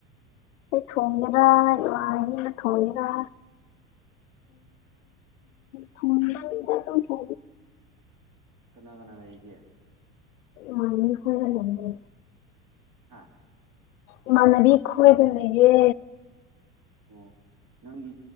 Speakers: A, on the left; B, on the right.
A: ꯑꯩ ꯊꯣꯡꯒꯦꯔꯥ ꯏꯃꯥꯏꯅꯤꯅ ꯊꯣꯡꯉꯦꯔꯥ ꯊꯣꯡ ꯊ ꯂꯩꯗ ꯑꯗꯨ ꯊ
B: ꯀꯅꯥ ꯀꯅꯥ ꯂꯩꯒꯦ
A: ꯃꯅꯤ ꯍꯔ ꯂꯦ
B: ꯍꯥꯥ
A: ꯏꯃꯥꯟꯅꯕꯤ ꯈꯣꯏꯗ ꯂꯩꯒꯦ
B: ꯑꯣ ꯅꯪꯒꯤ